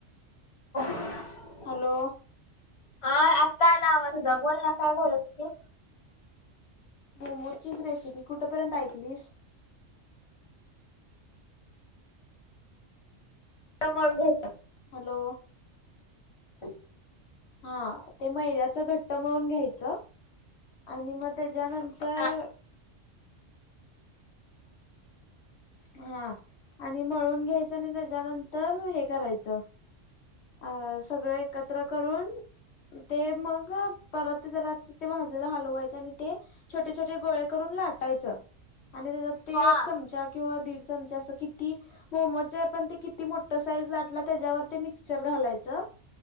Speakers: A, on the left; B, on the left.
A: हं
B: हॅलो.
A: हा आत्ता आला आवाज तुझा बोल ना काय बोलत होती.
B: मोमोची रेसिपी कुठपर्यंत ऐकलीस.
A: घट्ट मळून घ्यायचा
B: हॅलो
A: ह
B: हा ते मैद्याचं घट्ट मळून घ्यायचं. आणि मग त्याच्यानंतर
A: हा
B: हा आणि मळून घ्यायचं आणि त्याच्यानंतर हे करायचं. अ सगळं एकत्र करून ते मग परातीत जरा भाजलेल हलवायचं आणि ते छोटे छोटे गोळे करून लाटायचं आणि त्याच्यात ते
A: हा
B: एक चमचा किंवा दीड चमचा असं किती मोमोजचे आपण ते किती मोठ साईज लाटला त्याच्यावर ते मिक्चर घालायचं.